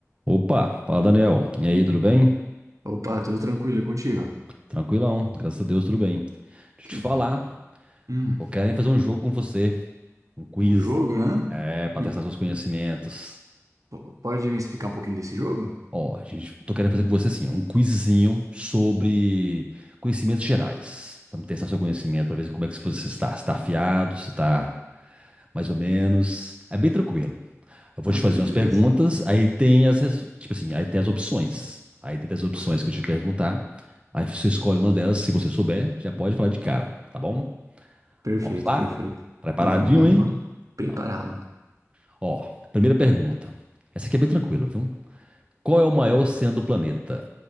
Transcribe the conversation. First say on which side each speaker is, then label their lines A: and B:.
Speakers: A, on the right; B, on the right.
A: Opa, fala Daniel. E aí, tudo bem?
B: Opa, tudo tranquilo e contigo?
A: Tranquilão, graças a Deus, tudo bem. Deixa
B: Que
A: eu
B: bom.
A: te falar,
B: Hum,
A: eu quero fazer um jogo com você, um quiz.
B: um jogo, né?
A: É, pra
B: E
A: testar seus conhecimentos.
B: po- pode me explicar um pouquinho desse jogo?
A: Ó, gente, tô querendo fazer com você assim, um quizzinho sobre conhecimentos gerais, Pra me testar seu conhecimento, pra ver como é que você está, se tá afiado, se tá mais ou menos. É bem tranquilo. Eu vou
B: Ah,
A: te
B: beleza.
A: fazer umas perguntas, aí tem as, res- tipo assim, aí tem as opções. Aí tem as opções
B: Correto.
A: que eu te perguntar. Aí você escolhe uma delas, se você souber, já pode falar de cara, tá bom?
B: Perfeito,
A: Vamos lá?
B: perfeito.
A: Preparadinho,
B: Vamos, vamos,
A: hein?
B: vamos. Preparado.
A: Tá bom. Ó, primeira pergunta. Essa aqui é bem tranquila, viu? Qual é o maior oceano do planeta?